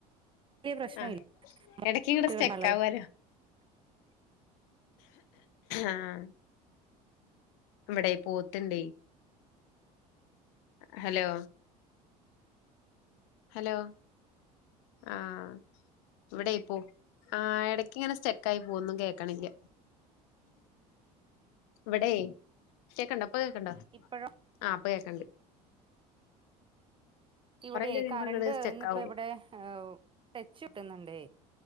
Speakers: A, on the right; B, on the left.
A: ല്ലിയ പ്രശ്ന
B: ആഹ്
A: ഇല്ല
B: എടക്ക് ഇങ്ങട് സ്റ്റെക്ക് ആവാലോ
A: <unintelligible>
B: ആഹ് ഇവിടെ പോത്ത്ണ്ടേ ഹലോ ഹലോ ആഹ് ഇവിടെയി പോ ആ എടക്ക് ഇങ്ങനെ സ്റ്റെക്ക് ആയി പോവാ ഒന്നും കേക്കണില്ല. ഇവിടെയ് കേക്കണ്ടാ ഇപ്പ് ളപ്പ കേക്ക്ണ്ടോ
A: ഇപ്പോഴും
B: ആഹ് ഇപ്പ കേക്ക്ണ്ട്‌.
A: ഇവിടെയെ
B: കഴിയുമ്പോ
A: കറണ്ട്
B: ഇങ്ങട് സ്റ്റെക്കാവും
A: ഇന്നിപ്പോ ഇവിടെ ടെച്ച് വെട്ടുന്നുണ്ടേ